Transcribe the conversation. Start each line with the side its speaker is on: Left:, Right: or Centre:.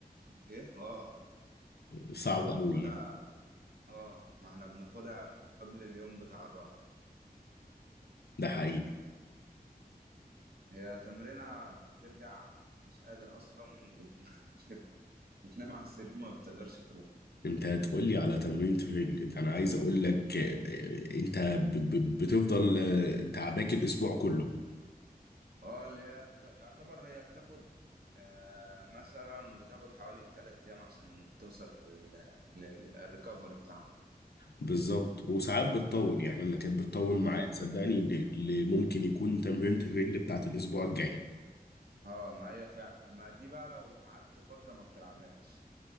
Right: ايه اه
Left: صعب
Right: ما احنا
Left: قوي
Right: بناخدها اه ما احنا بناخدها قبل اليوم بتاع الراحة
Left: ده حقيقي
Right: هي تمرينة بترجع مش قادر اصلا بت... <laughs> بت... بتنام على السرير ما بتقدرش تقوم
Left: انت هتقول لي على تمرين الرجل ده انا عايز اقول لك آه، انت ب- ب- بتفضل آه، تعباك الاسبوع كله
Right: اه اللي هي بت... يعتبر هي بتاخد آه مثلا بتاخد حوالي تلات أيام عشان توصل لل... للريكفري بتاعها
Left: بالظبط وساعات بتطول يعني انا كانت بتطول معايا
Right: امم
Left: صدقني ل- ل- ممكن يكون تمرين الرجل بتاعت الاسبوع الجاي
Right: اه ما هي فعلا ما دي بقى لو قعدت فترة ما بتلعبهاش